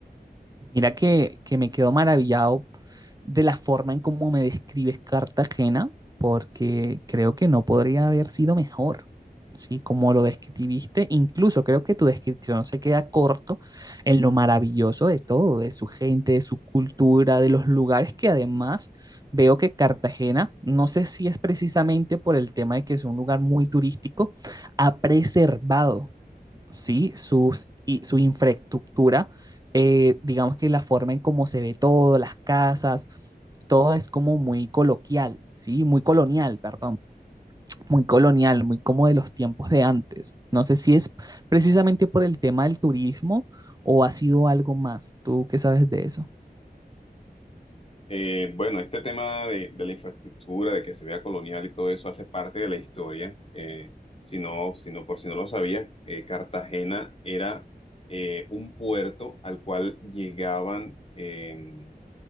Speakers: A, on the right; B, on the left.
A: Mira que, que me quedo maravillado de la forma en cómo me describes Cartagena, porque creo que no podría haber sido mejor, ¿sí? Como lo describiste, incluso creo que tu descripción se queda corto en lo maravilloso de todo, de su gente, de su cultura, de los lugares que además veo que Cartagena, no sé si es precisamente por el tema de que es un lugar muy turístico, ha preservado ¿sí? Sus, y su infraestructura, eh, digamos que la forma en cómo se ve todo, las casas, todo es como muy coloquial, ¿sí? Muy colonial, perdón, muy colonial, muy como de los tiempos de antes. No sé si es precisamente por el tema del turismo o ha sido algo más. ¿Tú qué sabes de eso?
B: Eh, bueno, este tema de, de la infraestructura, de que se vea colonial y todo eso hace parte de la historia. Eh, si no, si no, por si no lo sabías, eh, Cartagena era eh, un puerto al cual llegaban em,